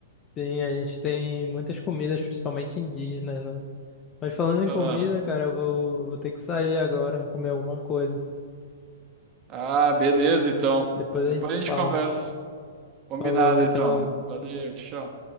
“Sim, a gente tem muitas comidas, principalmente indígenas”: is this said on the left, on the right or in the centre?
Left